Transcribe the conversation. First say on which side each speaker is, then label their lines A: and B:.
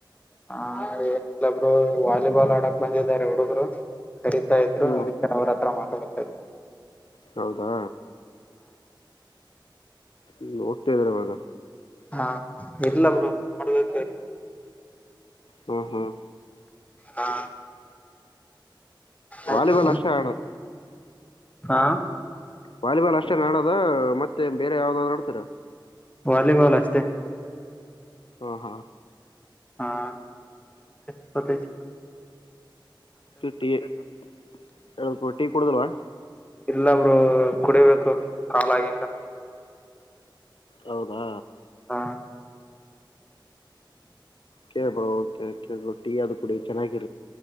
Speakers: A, on the left; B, on the left.
A: ಹ ಏನಿಲ್ಲೊಬ್ರು ವಾಲಿಬಾಲ್ ಆಡಕ್ ಬಂದಿದ್ದಾರೆ ಹುಡುಗರು ಕರೀತಾ ಇದ್ರು
B: ಹ್ಮ್
A: ಅವ್ರ ಹತ್ರ ಮಾತಾಡ್ತಾ ದೇ
B: ಹೌದಾ ಹ್ಹೂ ಒಟ್ಟೇಾರೆ ಒರ್ಗ
A: ಹಾ ಇಲ್ಲ ಬ್ರೋ ನೋಡ್ಬೇಕ
B: ಹ್ಮ್ ಹ್ಮ್
A: ಹಾ ಆಯ್ತು
B: ವಾಲಿಬಾಲ್ ಅಷ್ಟಣ
A: ಹಾ
B: ವಾಲಿಬಾಲ್ ಅಷ್ಟೇ ನಡದ ಮತ್ತೆ ಬೇರೆ ಯಾವ್ದಾದ್ರು ನಡ್ತೀರ
A: ವಾಲಿಬಾಲ್ ಅಷ್ಟತೆ
B: ಹಾ ಹಾ
A: ಹಾ ಮತ್ತ ಇ ಪ್ರದೇಶ
B: ಚಿಟ್ಟಿಟ್ಟಿ ಕೂಡದಲವಾ
A: ಇಲ್ಲಬ್ರು ಕುಡಿಬೇಕು ಕಾಲಾಗಿಿಂದ
B: ಹೌದಾ
A: ಹಾ
B: ಕೇಬರ ಟೀ ಅದು ಕುೂಡಿ ಚೆನ್ನಾಗಿ